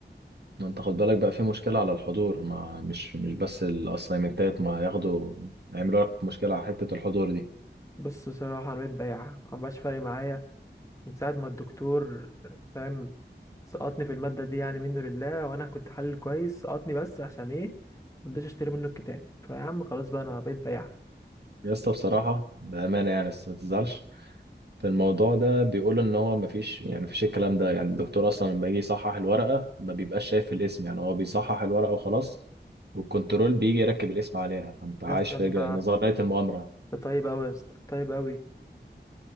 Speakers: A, on the right; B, on the left.
A: ما انت خد بالك بقى في مشكله على الحضور ما مش مش بس الاسايمنتات ما ياخدوا يعملوا لك مشكله على حته الحضور دي
B: بص بصراحه انا بقيت بياع ما بقاش فارق معايا من ساعة ما الدكتور فاهم سقطني في المادة دي يعني منه لله وأنا كنت حلل كويس سقطني بس عشان إيه مرضيتش أشتري منه الكتاب فيا عم خلاص بقى أنا بقيت بياع
A: يا اسطى بصراحه بامانه يعني بس ما تزعلش في الموضوع ده بيقول ان هو مفيش يعني مفيش الكلام ده يعني الدكتور اصلا لما يجي يصحح الورقه ما بيبقاش شايف الاسم يعني هو بيصحح الورقه وخلاص والكنترول بيجي يركب الاسم عليها فانت عايش
B: يا اسطى
A: في
B: أنت
A: جا- نظريه المؤامره
B: أنت طيب أوي يا اسطى طيب أوي